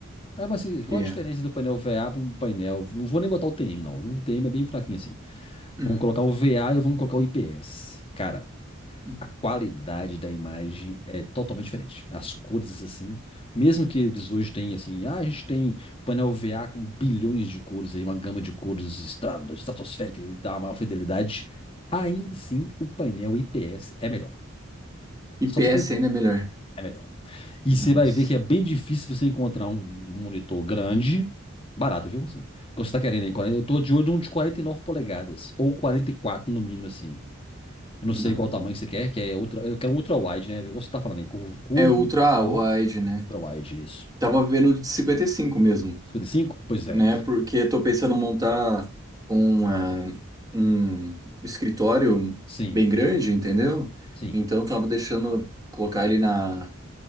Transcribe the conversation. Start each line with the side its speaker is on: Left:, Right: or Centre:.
Left: Ah, mas assim, qual
Right: Yeah.
Left: a diferença do painel VA para um painel? Não vou nem botar o TM, não. viu? O TM é bem fraquinho assim.
Right: Hum.
Left: Vamos colocar o VA e vamos colocar o IPS. Cara,
Right: Hum.
Left: a qualidade da imagem é totalmente diferente. As cores, assim, mesmo que eles hoje têm, assim, ah, a gente tem painel VA com bilhões de cores aí, uma gama de cores estra- estratosférica que dá uma maior fidelidade, ainda assim o painel IPS é melhor.
Right: E
Left: Só
Right: PS
Left: pra você ter ideia,
Right: ainda é melhor.
Left: é melhor. E
Right: Nossa.
Left: você vai ver que é bem difícil você encontrar um monitor grande, barato, viu? Assim, quando você tá querendo, aí, 40 eu tô de olho num de 49 polegadas, ou 44 no mínimo, assim. Eu não
Right: Não.
Left: sei qual tamanho você quer, que é ultra, eu quero um ultra wide, né? Igual Você tá falando aí, curvo, curvo,
Right: É ultra
Left: então,
Right: wide, né?
Left: ultra wide, isso.
Right: Tava vendo o de 55 mesmo.
Left: cinquenta e cinco? Pois
Right: né?
Left: é.
Right: Porque estou pensando em montar um, ah, um escritório
Left: Sim,
Right: bem grande, entendeu?
Left: sim.
Right: Então estava deixando colocar ele na,